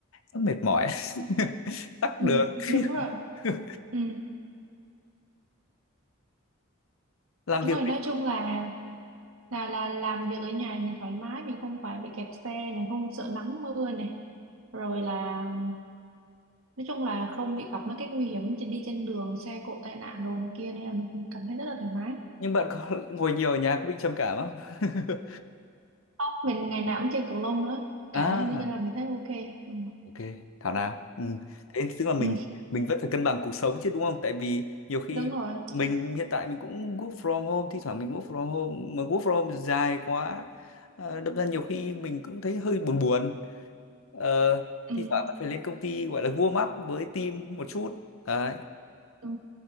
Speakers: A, on the left; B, on the right.
A: nó mệt mỏi <laughs> tắc
B: Ừ,
A: đường
B: Đúng rồi.
A: <laughs>
B: Ừ.
A: làm
B: Đúng
A: việc
B: rồi,
A: với
B: nói chung là là là làm việc ở nhà mình thoải mái mình không phải bị kẹt xe này không sợ nắng mưa này rồi là ừ, nói chung là không bị gặp mấy cái nguy hiểm trên- đi trên đường xe cộ tai nạn đồ này kia nên là mình cảm thấy rất là thoải mái
A: nhưng bạn có ngồi nhiều ở nhà có bị trầm cảm không <laughs>
B: không mình ngày nào cũng chơi cầu lông nữa
A: à
B: cả nên là mình thấy ok ừ.
A: Ok, thảo nào. Ừ. Thế tức là mình
B: Ừ.
A: mình vẫn phải cân bằng cuộc sống chứ đúng không? Tại vì nhiều khi
B: <laughs> đúng rồi
A: mình hiện tại mình cũng work from home, thi thoảng mình work from home mà work from home dài quá. Ờ, đâm ra nhiều khi mình cũng thấy hơi buồn buồn. Ờ,
B: ừ.
A: thi thoảng vẫn phải lên công ty gọi là warm up với team một chút. Đấy,
B: Ừ.